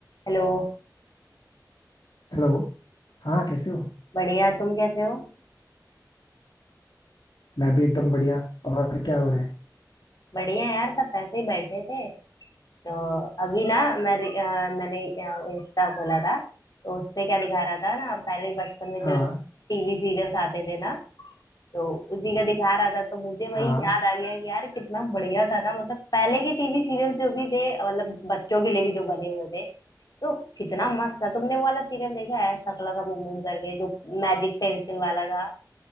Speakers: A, on the left (about 65°); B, on the left (about 80°).
A: Hello
B: हेलो हाँ
A: हाँ
B: कैसे हो
A: बढ़िया तुम कैसे हो
B: मैं भी एकदम बढ़िया और क्या हो रहा है
A: बढ़िया यार बस ऐसे ही बैठे थे तो अभी ना मैं अ, मैंने इंस्टा खोला था तो उस पे क्या दिखा रहा था ना पहले बचपन में
B: हाँ
A: जो टीवी सीरियल्स आते थे ना तो उसी का दिखा रहा था तो मुझे वही
B: हाँ
A: याद आ गया कि यार कितना बढ़िया था ना मतलब पहले के टीवी सीरियल्स जो भी थे मतलब बच्चों के लिए भी जो बने हुए थे तो कितना मस्त था तुमने वो वाला सीरियल देखा है शकला का बूम बूम करके जो मैजिक पेंसिल वाला था